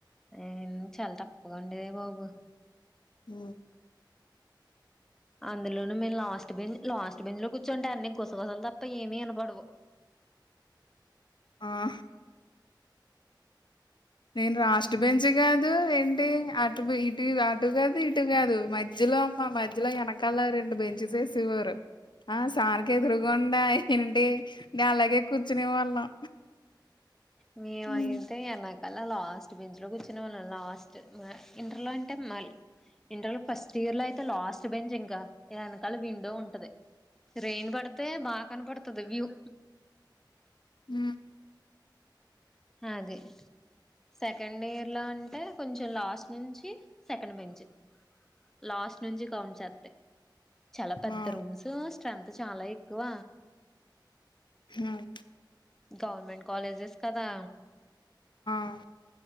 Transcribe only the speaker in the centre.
ఏ చాలా తప్పుగా ఉండేది బాబు
అందులోను మేము లాస్ట్ బెంచ్ లాస్ట్ బెంచ్లో కూర్చుంటే అన్ని గుసగుసలు తప్ప ఏమి వినపడవు
మీ వాంగతే
ఎనా కలా లాస్ట్ బెంచ్లో కూర్చునే వాళ్ళం లాస్ట్ ఇంటర్లో అంటే మ ఇంటర్ ఫస్ట్ ఇయర్లో అయితే లాస్ట్ బెంచ్ ఇంకా వెనకాల విండో ఉంటది రెయిన్ పడితే బాగా కనపడుతది వ్యూ
అది సెకండ్ ఇయర్ లో అంటే కొంచెం లాస్ట్ నుంచి సెకండ్ బెంచ్ లాస్ట్ నుంచి కౌంట్ చేస్తే చాలా పెద్ద
రూమ్స్ స్ట్రెంత్ చాలా ఎక్కువ
గవర్నమెంట్ కాలేజెస్ కదా